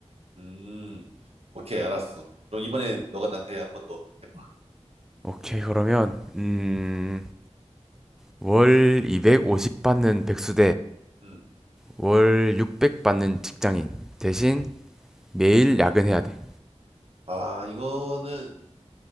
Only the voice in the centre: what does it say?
오케이, 그러면 음, 월 250 받는 백수
대월 600 받는 직장인 대신 매일 야근해야 돼.